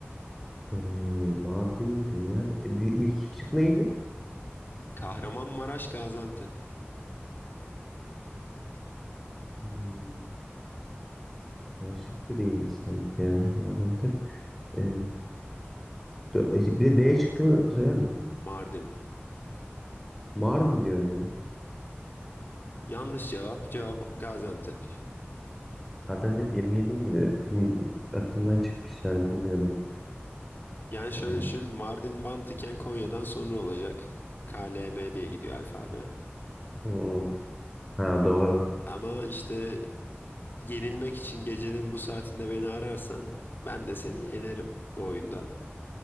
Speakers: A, in the centre; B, on the left.
A: Ee, Mardin, Riyal. E, di- İlk iki şık neydi?
B: Kahramanmaraş, Gaziantep,
A: Hmm, Washington değil sanki ya. Gaziantep. Ee, dö- e, şey, bir de D şıkkını söyler misin?
B: Mardin.
A: Mardin diyorum ya.
B: Yanlış cevap. Cevap Gaziantep.
A: Gaziantep 27 miydi? Bilmi- aklımdan çıkmış yani bilmiyordum.
B: Yani şöyle
A: Ee,
B: düşün. Mardin mantıken Konya'dan sonra olacak. K L M diye gidiyor alfabe.
A: hmm, ha doğru.
B: Ama işte yenilmek için gecenin bu saatinde beni ararsan ben de seni yenerim bu oyunda.